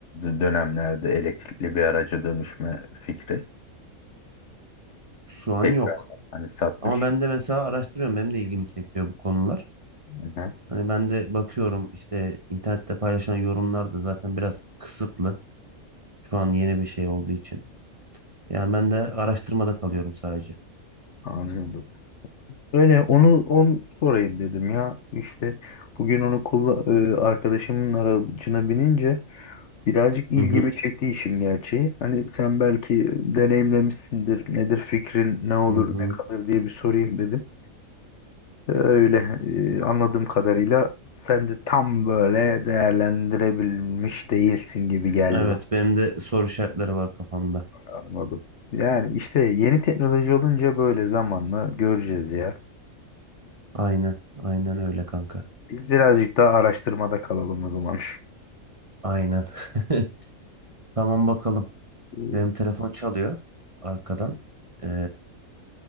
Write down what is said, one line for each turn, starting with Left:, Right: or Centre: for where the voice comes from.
Left: e, dönemlerde elektrikli bir araca dönüşme fikri?
Right: Şu an
Left: tekrar
Right: yok.
Left: hani satmış.
Right: Ama ben de mesela araştırıyorum. Benim de ilgimi çekiyor bu konular.
Left: Hı-hı.
Right: Hani ben de bakıyorum işte internette paylaşılan yorumlar da zaten biraz kısıtlı. Şu an yeni bir şey olduğu için. Yani ben de araştırmada kalıyorum sadece.
Left: Anladım. Öyle onu on sorayım dedim ya. İşte bugün onu kulla- e, arkadaşımın aracına binince birazcık ilgimi
Right: Hı hı,
Left: çekti işin gerçeği. Hani sen belki deneyimlemişsindir. Nedir fikrin, ne olur,
Right: hı hı.
Left: ne kalır diye bir sorayım dedim. E, Öyle e, anladığım kadarıyla sen de tam böyle değerlendirebilmiş değilsin gibi geldi
Right: Evet,
Left: bak.
Right: benim de soru işaretleri var kafamda.
Left: Anladım. Yani işte yeni teknoloji olunca böyle zamanla göreceğiz ya.
Right: Aynen, aynen öyle kanka.
Left: Biz birazcık daha araştırmada kalalım o zaman.
Right: Aynen. <laughs> Tamam bakalım.
Left: İyi.
Right: Benim telefon çalıyor arkadan. Ee,